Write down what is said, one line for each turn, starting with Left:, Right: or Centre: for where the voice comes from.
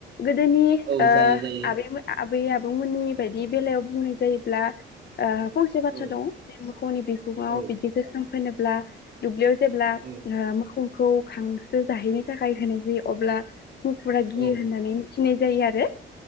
Left: गोदोनि
Right: औ
Left: ओ
Right: जायो जायो
Left: आबैमो आ आ आबै आबौमोननि बायदि बेलायाव बुंनाय जायोब्ला ओ फंसे बाथ्रा
Right: औ
Left: दं जे मोखौनि बिगुङाव
Right: औ
Left: बिदि गोसोम फोनोब्ला दुब्लियाव जेब्ला ओ
Right: औ
Left: मोखौ खौ खांसो जाहैनो थाखाय होनो जायो अब्ला मुफुरा गियो
Right: औ
Left: होननानै मिथि फुनाय जायो आरो